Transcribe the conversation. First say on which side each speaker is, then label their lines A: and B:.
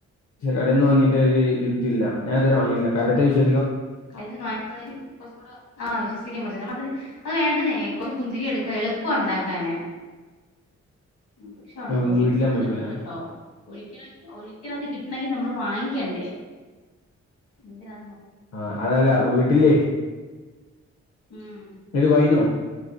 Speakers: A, on the left; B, on the left.
A: കടയിൽന്ന് വാങ്ങിട്ട ഇ ഇതില്ല ഞാൻ അതുരെ വാങ്ങിട്ടില്ല കടയത്തെ വിശ്
B: കഴി കുറച്ചും കൂടെ ആ വിശ്വസിക്കാൻ പറ്റും അതിന് അത് വേണ്ടതേ മുന്തിരി എടുക്കാ എളുപ്പം ഉണ്ടാക്കാന് ഉ പക്ഷെ
A: അത്
B: ഒഴിക്കുന്നുന്നത്
A: വീട്ടില് സമ്മതിക്കൂല
B: ഉണ്ട് കേട്ടോ ഒഴ ഒഴിക്കണത് കിട്ട െ നമ്മള് വാങ്ങിക്കണ്ടേ എന്തിനോ
A: ആഹ അതല്ല വീട്ടില്ലേ
B: ഉം
A: ഇത് വൈനോ